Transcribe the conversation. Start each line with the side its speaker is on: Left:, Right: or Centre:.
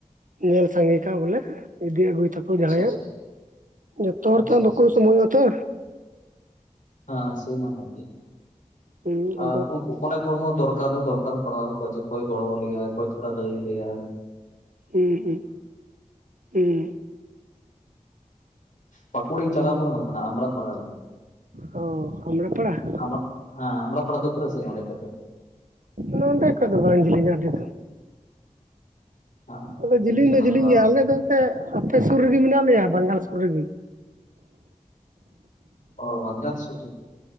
Right: ᱧᱮᱞ ᱥᱟᱸᱜᱮ ᱠᱟᱜ ᱵᱚᱞᱮ ᱤᱫᱤ ᱟᱹᱜᱩᱭ ᱛᱟ
Left: ᱟᱪᱪᱷᱟ
Right: ᱡᱟᱦᱟᱸᱭᱟᱜ
Left: ᱟᱪᱪᱷᱟ
Right: ᱡᱚᱛᱚ ᱦᱚᱲ
Left: ᱟᱪᱪᱷᱟ
Right: ᱛᱚ ᱵᱟᱠᱩ
Left: ᱟᱪᱪᱷᱟ
Right: ᱥᱚᱢᱚᱭᱜᱼᱟ ᱛᱚ᱾
Left: ᱦᱟᱸ ᱥᱮᱢᱟ ᱦᱮ ᱜᱮ᱾
Right: ᱦᱩᱸ ᱟᱫᱚ
Left: ᱟᱯ ᱚᱱᱮᱠᱚ ᱦᱚᱸ ᱫᱚᱨᱠᱟᱨ ᱦᱚᱸ ᱫᱚᱨᱠᱟᱨ ᱯᱟᱲᱟᱣ ᱠᱚᱣᱟ ᱡᱮ ᱚᱠᱚᱭ ᱜᱚᱲᱚᱣᱟ ᱞᱮᱟᱭ ᱚᱠᱚᱭ ᱛᱷᱚᱲᱟ ᱞᱟᱹᱭ ᱟᱞᱮᱭᱟ᱾
Right: ᱦᱩᱸᱻ ᱦᱩᱸᱻ ᱦᱩᱸᱻ᱾
Left: ᱯᱟᱠᱩᱲᱤᱧ ᱪᱟᱞᱟᱳ ᱵᱟᱲᱟᱣ ᱠᱟᱱᱟ ᱟᱢᱲᱟ ᱯᱲᱟ ᱨᱮ᱾
Right: ᱚ ᱟᱢᱲᱟ ᱯᱟᱲᱟ ᱾
Left: ᱟᱢᱟᱜ ᱦᱮᱸ ᱟᱢᱲᱟ ᱯᱟᱲᱟ ᱫᱚ ᱛᱤᱱᱟᱹᱜ ᱥᱟᱹᱜᱤᱧ ᱚᱰᱮ ᱠᱷᱚᱡ ᱫᱚ?
Right: ᱱᱚᱸᱰᱮ ᱠᱷᱚᱡ ᱫᱚ ᱵᱟᱝ ᱡᱮᱞᱤᱧᱟ ᱟᱹᱰᱤ ᱫᱚ᱾
Left: ᱦᱮᱸ
Right: ᱟᱫᱚ
Left: ᱵᱟᱹᱧ
Right: ᱡᱮᱞᱤᱧ
Left: ᱪᱟᱞᱟᱣ
Right: ᱫᱚ ᱡᱮᱞᱤᱧ
Left: ᱵᱟᱲᱟ
Right: ᱜᱮᱭᱟ ᱟᱞᱮ ᱫᱚ ᱮᱱᱛᱮ, ᱟᱯᱮ ᱥᱩᱨ ᱨᱮᱜᱮ ᱢᱮᱱᱟᱜ ᱞᱮᱭᱟ ᱵᱟᱝᱜᱟᱞ ᱥᱩᱨ ᱨᱮᱜᱮ᱾
Left: ᱚ ᱵᱟᱝᱜᱟᱞ ᱥᱩᱨ ᱨᱮ᱾